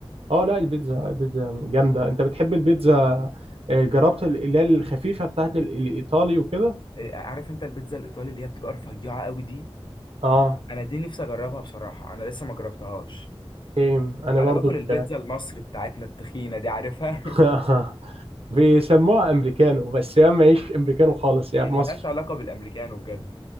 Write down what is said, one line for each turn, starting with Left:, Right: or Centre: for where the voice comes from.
Right: اه لا البيتزا البيتزا جامدة انت بتحب البيتزا آه، جربت ال- اللي هي الخفيفة بتاعت ال- الايطالي وكده
Left: آه، عارف انت البيتزا الايطالي اللي هي بتبقى رفيعة قوي دي
Right: اه
Left: انا دي نفسي اجربها بصراحة انا لسه ما جربتهاش
Right: سيم انا
Left: انا
Right: برضو
Left: باكل البيتزا المصري بتاعتنا التخينة دي عارفها <laughs>
Right: ك- <laughs> بيسموها امريكانو بس هي ماهيش امريكانو خالص هي
Left: هي
Right: مصري
Left: ملهاش علاقة بالامريكانو بجد